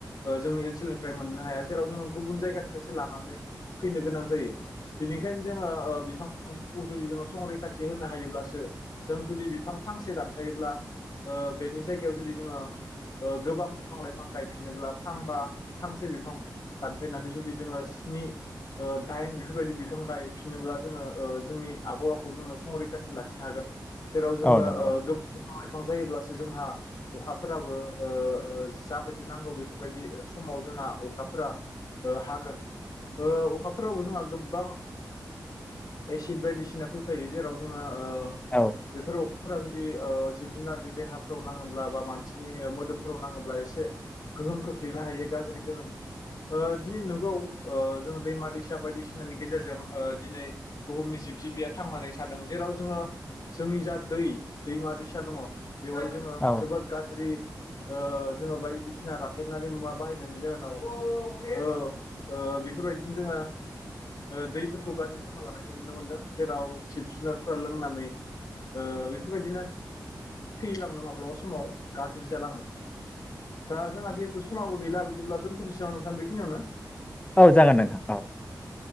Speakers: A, on the left; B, on the left.
A: ओ जोंनि ओनसोलनिफ्राय मोननो हाया जेराव जों गुबुन जायगानिफ्रायसो लानानै फैनो गोनां जायो बेनिखायनो जोङो ओ बिफां बिफांफोरखौ जुदि जोङो संरैखाथि होनो हायोब्लासो जों जुदि बिफां फांसे दानफायोब्ला ओ बेनि जायगायाव जुदि जोङो ओ गोबां बिफां लाइफां गायफिनोब्ला फांबा फांसे बिफां दानफायनानै जुदि जोङो स्नि ओ दाइन बेफोरबायदि बिफां गायफिनोब्ला जोङो ओ जोंनि आबहावाखौ जोङो संरैखाथि लाखिनो हागोन। जेराव जोङो
B: औ नंगौ
A: ओ गोबां बिफां लाइफां जायोब्लासो जोंहा अखाफोराबो ओ ओ जाबायदि नांगौ बेफोरबायदि समाव जोंहा अखाफोरा ओ हागोन। ओ अखाफोरावबो जोंहा गोबां एसिड बायदिसिना फैफायो जेराव जोङो ओ
B: औ
A: बेफोर फोरा जुदि ओ जिब-जुनारनि देहाफोराव नाङोब्ला बा मानसिनि मोदोमफोराव नाङोब्ला एसिड गोहोम खोख्लैनो हायो गाज्रि गोहोम। ओ दिनै नंगौ ओ जोङो दैमा दैसा बायदिसिनानि गेजेरजों दिनै ओ बुहुमनि जिब जिबिया थांनानै थादों जेराव जोङो जोंनि जा दै दैमा दैसा दङ। बेवहाय जोङो
B: औ
A: जोबोर गाज्रि ओ जोङो बायदिसिना रासायनारि मुवा बाहायनायनि जाहोनाव औ ओ बेफोरबायदिनो जोंङो ओ दैफोरखौ गाज्रि खालामाना लानायखौ नुनो मोनदों जेराव सिब जुनारफोरा लोंनानै ओ बेफोरबायदिनो थैलाङो माब्लाबा समाव गाज्रि जालाङो। दा जोंहा जिहेथु समावो गैला बिदिब्ला दोन्थ'नोसै नामा नोंथां बेखिनियावनो?
B: औ जागोन नोंथां औ। <inaudible>